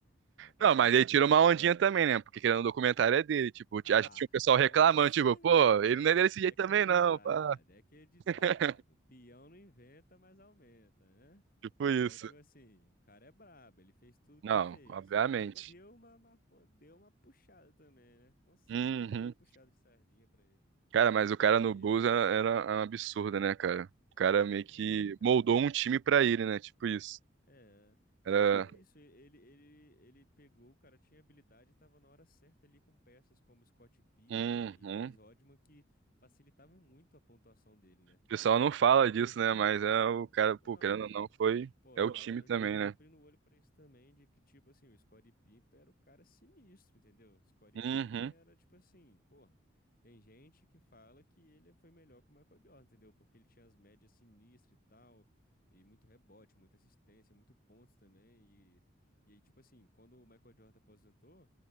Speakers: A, on the left (about 45°); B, on the right (about 60°).
A: O cara tá
B: Não,
A: bravo,
B: mas ele
A: o cara
B: tira
A: tá
B: uma
A: bravo.
B: ondinha também, né? Porque querendo o documentário é dele, tipo, t-
A: Ah,
B: acho que tinha um pessoal
A: com
B: reclamando,
A: certeza.
B: tipo, pô, ele não é desse jeito
A: É aquele
B: também
A: ditado,
B: não, pá.
A: é aquele ditado.
B: <laughs>
A: Peão não inventa, mas aumenta, né?
B: Tipo isso.
A: Então, tipo assim, o cara é brabo, ele fez tudo
B: Não,
A: que fez,
B: obviamente.
A: mas deu uma, uma, pô, deu uma puxada também, né? Com certeza
B: Uhum.
A: deu uma puxada de sardinha pra ele.
B: Cara, mas o
A: Tem
B: cara
A: jeito.
B: no Bulls era, era um absurdo, né, cara? O cara meio
A: Era,
B: que
A: cara.
B: moldou um time pra ele, né? Tipo isso.
A: É, tipo,
B: Era.
A: é isso. Ele, ele, ele pegou, o cara tinha habilidade e tava na hora certa ali com peças como Scott Pippen
B: Uhum.
A: e
B: O
A: Dennis Rodman que facilitavam muito a pontuação dele, né?
B: pessoal
A: Essa
B: não fala
A: é a questão.
B: disso, né? Mas é o cara, pô,
A: Não,
B: querendo
A: cara.
B: ou não, foi.
A: Pô,
B: É
A: a
B: o
A: galera
B: time também,
A: hoje em dia tá
B: né?
A: abrindo o olho pra isso também, de que, tipo assim, o Scottie Pippen era o cara sinistro, entendeu? O Scottie
B: Uhum.
A: Pippen era, tipo assim, porra, tem gente que fala que ele foi melhor que o Michael Jordan, entendeu? Porque ele tinha as médias sinistras e tal, e muito rebote, muita assistência, muito pontos também, e, e aí, tipo assim, quando o Michael Jordan aposentou,